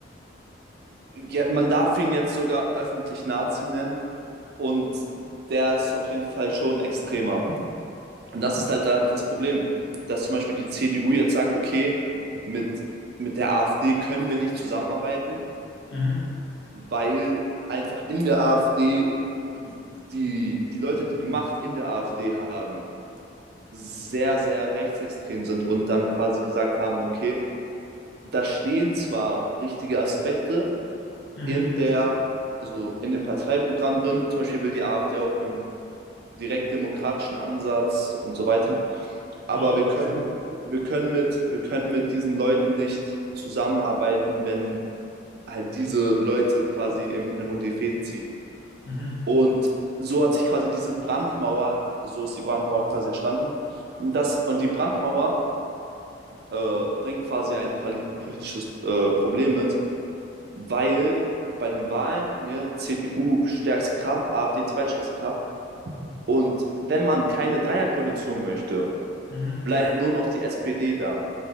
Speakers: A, on the right; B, on the left.
A: ja, man darf ihn jetzt sogar öffentlich Nazi nennen und der ist auf jeden Fall schon extremer. Und das ist halt da halt das Problem, dass zum Beispiel die CDU jetzt sagt, okay, mit, mit der AfD können wir nicht zusammenarbeiten,
B: Mhm.
A: weil einfach in der AfD die, die Leute, die die Macht in der AfD haben, sehr, sehr rechtsextrem sind und dann quasi gesagt haben, okay, da stehen zwar richtige Aspekte
B: Mhm.
A: in der, also in dem Parteiprogramm drin, zum Beispiel will die AfD auch einen direktdemokratischen Ansatz und so weiter Aber
B: Ah,
A: wir können,
B: okay.
A: wir können mit, wir können mit diesen Leuten nicht zusammenarbeiten, wenn halt diese Leute quasi im Hintergrund die Fäden ziehen.
B: Mhm.
A: Und so hat sich quasi diese Brandmauer, so ist die Brandmauer quasi entstanden. das, und die Brandmauer äh, bringt quasi ein poli- politisches äh, Problem mit, weil bei den Wahlen ne, CDU stärkste Kraft, AfD zweitstärkste Kraft. Und wenn man keine Dreierkoalition möchte,
B: Mhm.
A: bleibt nur noch die SPD da.